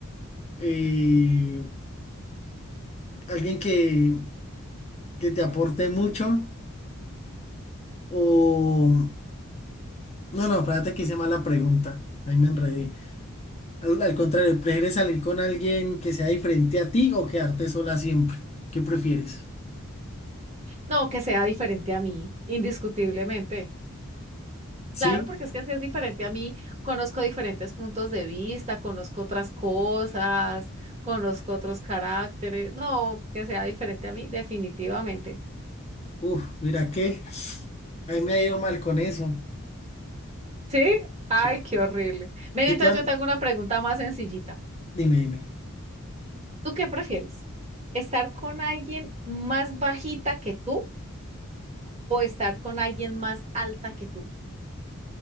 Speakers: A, on the left (about 30°); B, on the right (about 30°).
A: eh, alguien que, que te aporte mucho? O... No, no, espérate que hice mala pregunta. Ahí me enredé. Al, al contrario, ¿prefieres salir con alguien que sea diferente a ti o quedarte sola siempre? ¿Qué prefieres?
B: No, que sea diferente a mí, indiscutiblemente.
A: Sí,
B: Claro, porque es que si es diferente a mí, conozco diferentes puntos de vista, conozco otras cosas, conozco otros caracteres. No, que sea diferente a mí, definitivamente.
A: uf, mira que a mí me ha ido mal con eso.
B: ¿Sí? Ay,
A: Sí.
B: qué horrible. Ven,
A: Sí,
B: entonces
A: claro.
B: yo te hago una pregunta más sencillita.
A: Dime, dime.
B: ¿Tú qué prefieres? ¿Estar con alguien más bajita que tú o estar con alguien más alta que tú?